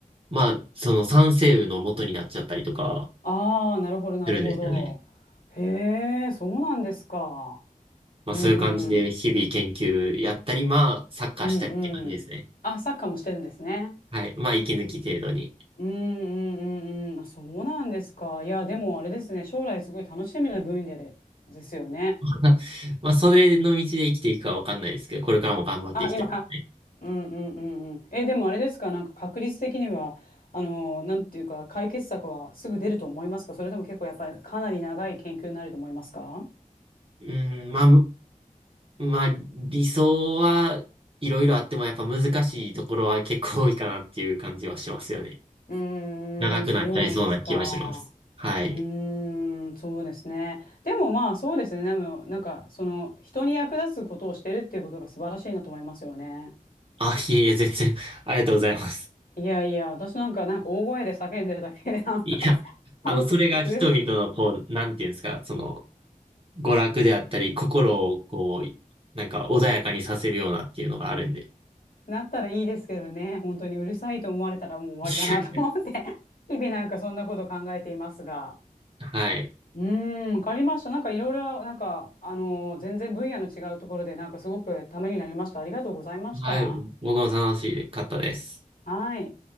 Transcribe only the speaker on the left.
ああ、なるほど、なるほど。
へえ、そうなんですか。
うんうん、
うんうん。あ、サッカーもしてるんですね。
うんうんうんうん。あ、そうなんですか。いや、でもあれですね、将来すごい楽しみな分野で、ですよね。
あ、今考うんうんうんうん。え、でもあれですか、なんか確率的には、あのーなんていうか、解決策はすぐ出ると思いますかそれとも結構やっぱりかなり長い研究になると思いますか
うーん、
そうなんですか。
うーん、そうですね。でもまあそうですね。でもなんかその人に役立つことをしてるっていうことが素晴らしいなと思いますよね。
いやいや、私なんかなんか大声で叫んでるだけでなんか
<laughs>
うる
なったらいいですけどね、本当にうるさいと思われたらもう終わりだなと思って
<laughs> 日々なんかそんなこと考えていますが。
うーん、わかりました。なんかいろいろ、なんか、あのー全然分野の違うところで、なんかすごくためになりました。ありがとうございました。
はい。